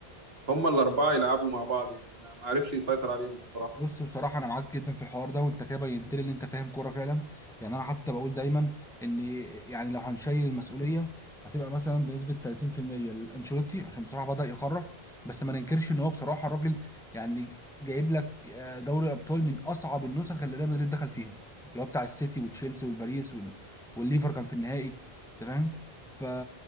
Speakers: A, on the right; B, in the centre.
A: هم الاربعه يلعبوا مع بعض يعني ما ما عرفش يسيطر عليهم الصراحه
B: بص بصراحة أنا معاك جدا في الحوار ده وأنت كده بينت لي إن أنت فاهم كورة فعلا يعني أنا حتى بقول دايما إن يعني لو هنشيل المسؤولية هتبقى مثلا بنسبة 30% لأنشيلوتي عشان بصراحة بدأ يخرف بس ما ننكرش إن هو بصراحة الراجل يعني جايب لك آه، دوري أبطال من أصعب النسخ اللي ريال مدريد دخل فيها اللي هو بتاع السيتي وتشيلسي والباريس وال- والليفر كان في النهائي أنت فاهم ف